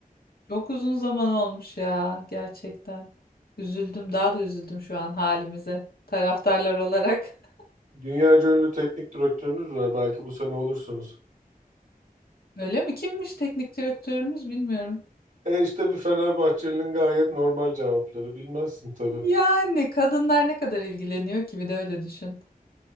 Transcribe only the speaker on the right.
Dünyaca ünlü teknik direktörünüz var. Belki bu sene olursunuz.
E işte bir Fenerbahçeli'nin gayet normal cevapları. Bilmezsin tabii.